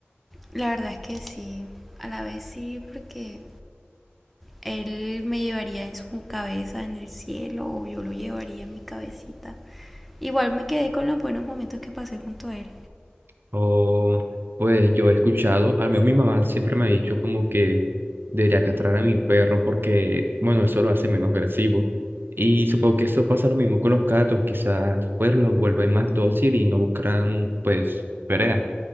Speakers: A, in the centre; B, on the right.
A: La verdad es que sí, a la vez sí, porque él me llevaría en su cabeza en el cielo o yo lo llevaría en mi cabecita. Igual me quedé con los buenos momentos que pasé junto a él.
B: O pues yo he escuchado, al menos mi mamá siempre me ha dicho como que debería castrar a mi perro porque, bueno, eso lo hace menos agresivo. Y supongo que eso pasa lo mismo con los gatos, quizás pues los vuelven más dócil y no buscarán pues pelea.